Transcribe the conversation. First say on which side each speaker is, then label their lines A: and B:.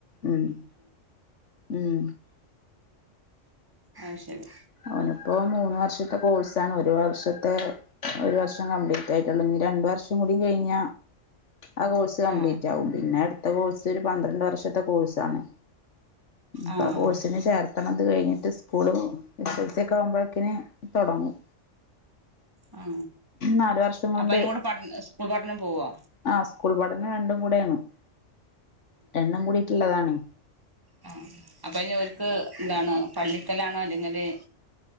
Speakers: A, on the left; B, on the right.
A: ഉം ഉം
B: ആഹ് ശരി
A: അവനിപ്പോ മൂന്ന് വർഷത്തെ കോഴ്സാണ് ഒരു വർഷത്തെ ഒരു വർഷം കംപ്ലീറ്റ് ആയിട്ടുള്ളൂ ഇനി രണ്ട് വർഷം കൂടി കഴിഞ്ഞ ആ കോഴ്സ് കംപ്ലീറ്റ്
B: ആഹ്
A: ആവും പിന്നെ അടുത്ത കോഴ്സ് ഒരു പന്ത്രണ്ട് വർഷത്തെ കോഴ്സാണ് ഇപ്പ
B: ആഹ്
A: ആ കോഴസിന് ചേർത്തണംത് കഴിഞ്ഞിട്ട് സ്കൂളും എസ് ൽ സി യൊക്കെ ആകുമ്പോഴേക്കിന് തൊടങ്ങും
B: ആ
A: നാല് വർഷം കൊണ്ട്
B: അപ്പൊ അയ്ന് കൂടെ പഠ സ്കൂൾ പഠനം പോവോ
A: ആ സ്കൂൾ പഠനം രണ്ടും കൂടെയാണ് രണ്ടും കൂടിട്ടുള്ളതാണെ
B: ആ അപ്പൊ ഇനി ഒല്ക്ക് ഇന്താണ് പള്ളിക്കലാണോ അല്ലെങ്കില്